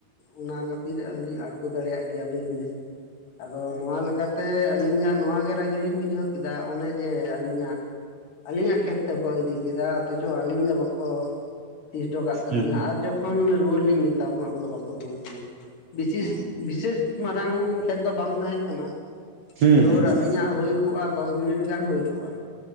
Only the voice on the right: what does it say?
ᱦᱩᱸ
ᱦᱩᱸ
ᱦᱩᱸ
ᱦᱩᱸ